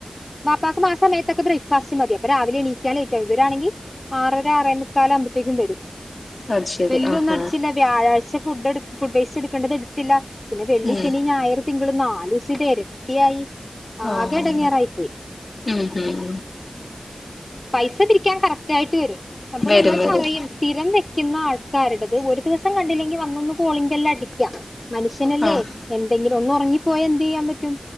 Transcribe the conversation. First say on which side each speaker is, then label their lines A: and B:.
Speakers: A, on the left; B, on the left.
A: ബാപ്പാക്കുമാസംയെത്തൊക്കെ ബ്രേക്ക്ഫാസ്റ്റ് മതി അപ്പ രാവിലെണീക്കാലേറ്റാവും ഇവരാണെങ്കി ആറര ആറേമുക്കാലാമ്പത്തെക്കും വരും.
B: അത് ശരി
A: വെല്ല്വോന്നടിച്ചില്ല
B: ആഹാ
A: വ്യാഴാഴ്ച ഫുഡ് എട് ഫുഡ്വേസ്റ്റ് എടുക്കണ്ടതെടുത്തില്ല. പിന്നെ വെള്ളി
B: ഉം
A: ശനി ഞായറ് തിങ്കള് നാലുസിതെര ട്ടിയായി
B: ആഹ്
A: ആകെ എടെങ്ങേറായി
B: ഉം ഉം
A: പൈസ പിരിക്കാൻ കറക്റ്റായിട്ട് വരും അപ്പൊ
B: വരും
A: നമ്മൾ
B: വരും
A: പറയും സ്ഥിരം വെക്കുന്ന ന്നാൾക്കാരുടെത് ഒരു ദിവസം കണ്ടില്ലെങ്കി വന്നൊന്ന് കോളിംഗ ബെല്ലടിക്കാം മനുഷ്യനല്ലേ
B: ആഹ്
A: എന്തെങ്കിലും ഒന്ന് ഉറങ്ങിപ്പോയ എന്തെയ്യാൻ പറ്റും